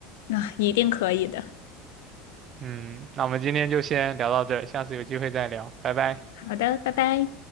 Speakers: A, on the left; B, on the right.
A: 那、一定可以的。
B: 嗯，那我们今天就先聊到这儿，下次有机会再聊，拜拜。
A: 好的，拜拜。